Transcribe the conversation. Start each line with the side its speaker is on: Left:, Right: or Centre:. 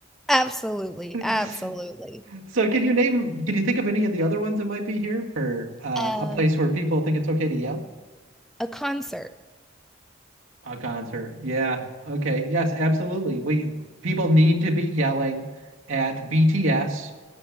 Centre: <laughs> absolutely
Right: <laughs>
Centre: absolutely
Right: So, can you name, can you think of any of the other ones that might be here for uh,
Centre: um
Right: a place where people think it's okay to yell?
Centre: A concert.
Right: A concert. Yeah. Okay. Yes, absolutely. We people need to be yelling at BTS